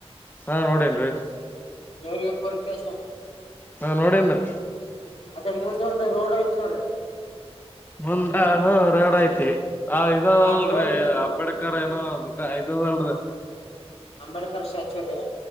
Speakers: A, on the left (about 20°); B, on the left (about 65°).
A: ಹಾ ನೋಡನ್ರರಿ
B: ಕೆರ್ವಿ ಪೊಲೀ ಸ್ಟೇಷನ್
A: ಹಾ ನೋಡೇನ್ರಿ
B: ಅದೇ ಮುಂದ ಒಂದು ರೋಡ್ ಆಯ್ತ್ ನೋಡ್ರಿ
A: ಮುಂದ ಹ ಎರಡ ಐತಿ ಹಾ ಇದ
B: ಆ
A: ಅಲ್ರರಿ
B: ರೋಡ್
A: ಅಂಬೇಡ್ಕರ್ಏ ಹ ಅದ ಐದ ಅಲ್ರಿ
B: ಅಂಬೇಡಕರ ಸ್ಟ್ಯಾಚುರಿ